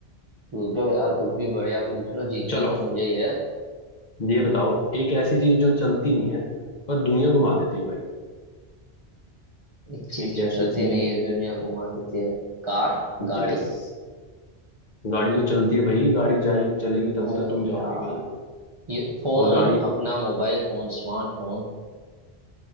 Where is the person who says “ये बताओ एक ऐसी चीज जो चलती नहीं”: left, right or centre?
Left